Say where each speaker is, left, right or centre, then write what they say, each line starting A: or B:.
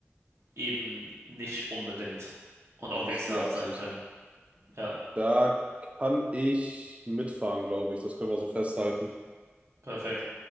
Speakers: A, on the right (about 65°); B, on the right (about 25°).
A: eben nicht unbedingt und
B: nicht
A: auch wechselhaft
B: die Absicht.
A: sein können. Ja,
B: Da kann ich mitfahren, glaube ich. Das können wir so festhalten.
A: perfekt.